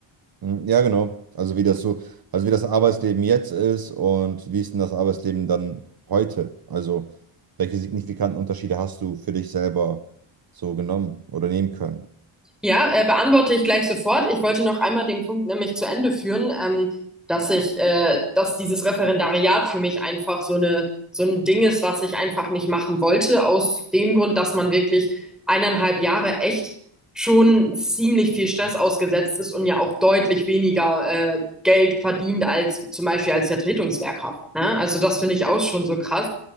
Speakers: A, on the right; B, in the centre.
A: Mhm, Ja, genau. Also wie das so, also wie das Arbeitsleben jetzt ist und wie ist denn das Arbeitsleben dann heute? Also welche signifikanten Unterschiede hast du für dich selber so genommen oder nehmen können?
B: Ja, äh, beantworte ich gleich sofort. Ich wollte noch einmal den Punkt nämlich zu Ende führen, ähm, dass ich, äh, dass dieses Referendariat für mich einfach so eine, so ein Ding ist, was ich einfach nicht machen wollte, aus dem Grund, dass man wirklich eineinhalb Jahre echt schon ziemlich viel Stress ausgesetzt ist und ja auch deutlich weniger, äh, Geld verdient als zum Beispiel als Vertretungslehrkraft, ne? Also das finde ich auch schon so krass.